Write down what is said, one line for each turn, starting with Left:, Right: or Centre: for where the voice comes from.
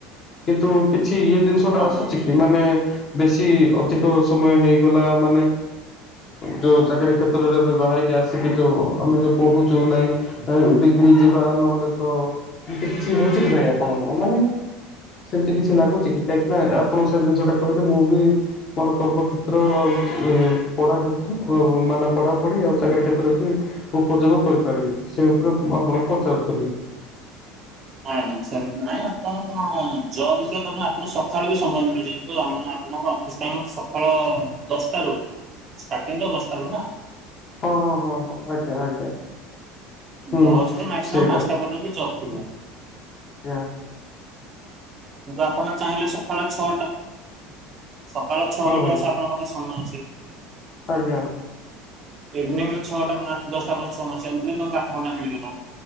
Left: କିନ୍ତୁ କିଛି ଇଏ ଜିନିଷ ଟା
Right: ହଁ
Left: ଆସୁଛି
Right: ହଁ।
Left: କି ମାନେ? ମାନେ ବେଶୀ ଅଧିକ ସମୟ ହେଇଗଲା ମାନେ ଯୋଉ ଚାକିରୀ କ୍ଷେତ୍ରରେ ବି ବାହାରିକି ଆସିକି ଯୋଉ ଆମେ ଯୋଉ କହୁଛୁ ନାହିଁ ବିଗଡି ଯିବା ନହେଲେ ତ ଏମତି କିଛି ହଉଛି କି ଭାଇ ଆପଣଙ୍କର ମାନେ ସେମତି କିଛି ଲାଗୁଛି କି କାହିଁକି ନା? ଆପଣ ସେ ଜିନିଷଟା କହିଲେ ମୁଁ ବି ମୋର କର୍ମକ୍ଷେତ୍ର ଆଉ ପଢ଼ା କ୍ଷେତ୍ର ମାନେ ପଢ଼ାପଢ଼ି ଆଉ ଚାକିରୀ କ୍ଷେତ୍ର ବି ଉପଯୋଗ କରିପାରିବି ସେଇ ଉପରେ ମୁଁ ଆପଣଙ୍କୁ ପଚାରୁଥିଲି?
Right: ନଁ ନା ସେ୍ପ ନହିଁ ଜବ୍ କରୁନୁ ଆପଣ ସକାଳୁ ବି ସମୟ ମିଳୁଛି ଆପଣଙ୍କ ଅଫିସ ଟାଇମ ଅଛି ସକାଳ ଦଶଟା ରୁ ଷ୍ଟାର୍ଟିଂ ଦଶାରୁ ନା।
Left: ହଁ ହଁ ହଁ ହଁ ଆଜ୍ଞା ଆଜ୍ଞା। ହୁଁ
Right: ଦଶ ରୁ ମାକ୍ସିମମ୍
Left: ସେଇଟା
Right: ପାଞ୍ଚଟା ପର୍ଯ୍ୟନ୍ତ ଜବ ଥିବ।
Left: ଆ
Right: କିନ୍ତୁ ଆପଣ ଚାହିଁଲେ ସକାଳ ଛଅଟା ସକାଳ ଛଅ
Left: ହଁ
Right: ରୁ
Left: ଭାଇ
Right: ଦଶ ଆପଣଙ୍କ ପାଖରେ ସମୟ ଅଛି।
Left: ଆଜ୍ଞା
Right: ଇଭିନିଂ ର ଛଅଟା ର ରାତି ଦଶଟା ପର୍ଯ୍ୟନ୍ତ ସମୟ ସେମିତି ତମକୁ ଆଠ ଘଣ୍ଟା ମିଳିବତ।